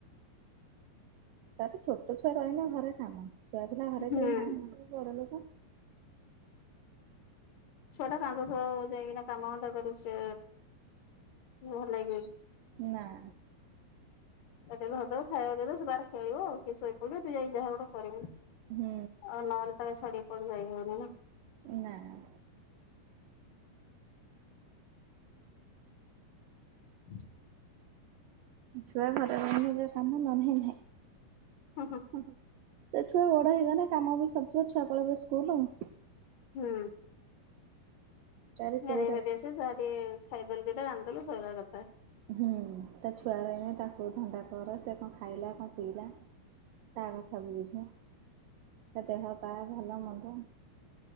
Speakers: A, on the right (about 85°); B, on the left (about 75°).
A: ତାର ଛୋଟ ଛୁଆ ରହିଲ ଘରେ କାମ ଛୁଆ ପିଲା ଘରେ
B: ହୁଁ।
A: କେହି ନାହାନ୍ତି ସବୁ ବଡ ଲୋକ।
B: ଛୁଆଟା କାନ୍ଦୁ ଥିବ ଆଉ ଯାଇକିନା କାମ ଧନ୍ଦା କରିବୁ ସେ ଭଲ ଲାଗିବ କି?
A: ନାଇ।
B: ତତେ ଯାହା ଦେବ ଖାଇବାକୁ ଦେଇଦବ ସେ ତାର ଖେଳିବ ଆଉ ଟିକେ ଶୋଇ ପଡିବ ତୁ ଯାଇକି ଯାହା ଗୋଟେ କରିବୁ।
A: ହୁଁ
B: ଆଉ ନହେଲେ ତା ଛଡେଇ ପଡି ପାରିବନି ନା?
A: ନାଁ ନା।
B: ହୁଁ
A: ଛୁଆ ଘର ନିଜର କାମ ନହନେ ନାଇ।
B: ହୁଁ ହୁଁ।
A: ଓହୋ ସେ ଛୁଆ ବଡ ହେଇଗଲେ କାମ ବି ସରିଯିବ ଛୁଆ ପଳେଇବେ ସ୍କୁଲ ଆଉ।
B: ହଁ
A: ତାର
B: ଗାଧେଇ
A: ସେ ଗୋଟେ
B: ପାଧେଇ
A: ଲାଇନ
B: ଆସି ଯାହା ଟିକେ ଖାଇଦେଲେ ଦିଟା ବାନ୍ଧିଦେଲେ ସୋଇବା କଥା।
A: ହୁଁ ତା ଛୁଆ ରହିନେ ତାକୁ ଧନ୍ଦା କର ସେ କଣ ଖାଇଲା କଣ ପିଇଲା। ତା କଥା ବୁଝୁ ତା ଦେହ ପା ଭଲ ମନ୍ଦ